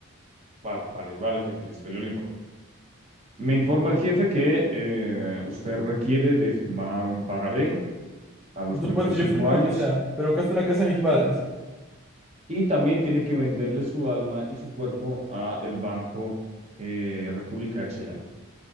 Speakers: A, on the right; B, in the centre.
A: Vale, vale, vale, jefe, listo, yo le informo. Me informa el jefe que eh, usted requiere de firmar un pagaré a
B: Por
A: los
B: supuesto,
A: treinta y cinco
B: yo firmo lo
A: años
B: que sea, pero acá está la casa de mis padres.
A: y también tiene que venderle su alma y su cuerpo a el Banco eh, República de Chayán.